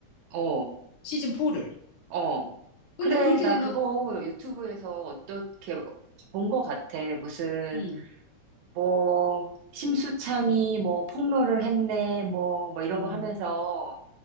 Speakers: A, on the right; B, on the left.
A: 어.
B: 시즌 4를.
A: 어,
B: 근데
A: 그래,
B: 그렇게
A: 나
B: 되면,
A: 그거 유튜브에서 어떻게 본 것 같아. 무슨,
B: 음,
A: 뭐, 심수창이 뭐 폭로를 했네, 뭐, 뭐 이런
B: 음,
A: 거 하면서